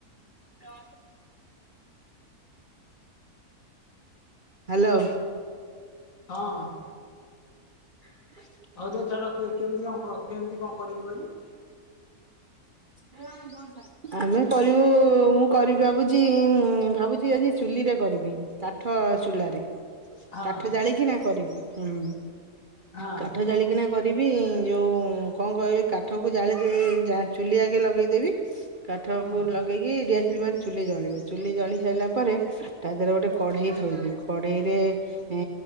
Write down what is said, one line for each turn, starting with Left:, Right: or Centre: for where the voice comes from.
Right: ଆ <inaudible> ହ୍ୟାଲୋ।
Left: ହଁ।
Right: ହ <inaudible>
Left: ହଉ ଯେ ଛାଡ଼ କେମିତି କଣ କେମିତି କଣ କରିବୁ କହିବୁ?
Right: ହ <inaudible> ଆମେ କରିବୁ, ମୁଁ କରିିବି ଭାବୁଛି, ଭାବୁଛି ଆଜି ଚୁଲି ରେ କରିବି। କାଠ ଚୁଲାରେ।
Left: ହଁ।
Right: କାଠ ଜାଳିକି ନା କରିବି। ହୁଁ।
Left: ହଁ
Right: କାଠ ଜାଳିକିନା କରି ଯିବି ଯୋଉ କଣ କହିଲେ? କାଠ କୁ ଜାଳି ଦେ ଚୁଲି ଆଗେ ଲଗେଇଦେବି। କାଠକୁ
Left: ହୁଁ ହୁଁ
Right: ଲଗେଇକି ଡିଆସିଲି ମାରି ଚୁଲି ଜଳିବ ଚୁଲି ଜଳି ସାରିଲା ପରେ ତା ଦେହରେ ଗୋଟେ କଢେଇ ଥୋଇବି। କଢେଇ ରେ ଏ